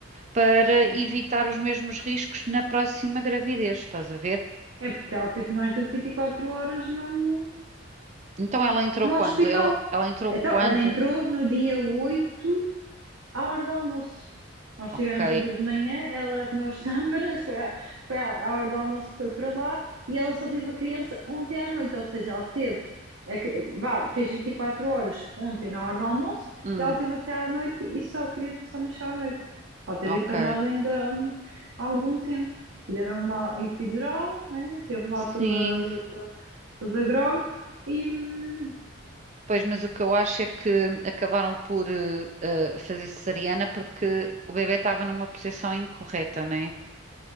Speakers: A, on the right (about 35°); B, on the right (about 80°).
A: para
B: Sim,
A: evitar
B: sim.
A: os mesmos riscos na próxima gravidez, estás a ver?
B: É porque ela teve mais do que 24 horas no,
A: Então ela entrou
B: no
A: quando?
B: hospital.
A: Ela, ela entrou
B: Então,
A: quando?
B: ela entrou no dia oito. à hora do almoço. Nós
A: Ok.
B: estivemos juntas de manhã, ela comeu as <laughs> tâmaras, foi, à, foi à, à hora do almoço que foi para lá e ela só teve a criança ontem à noite, ou seja, ela teve, a, cri- vá, fez 24 horas ontem na hora do almoço
A: Hum,
B: e ela teve até à noite e só a criança só nasceu à noite. Ela teve
A: ok.
B: internada ainda hum, há algum tempo. E Deram lá epidural, né? Teve lá
A: Sim,
B: toda, toda, toda grog e, hum,
A: Pois, mas o que eu acho é que acabaram por eh, eh, fazer cesariana porque o bebê estava numa posição incorreta, né?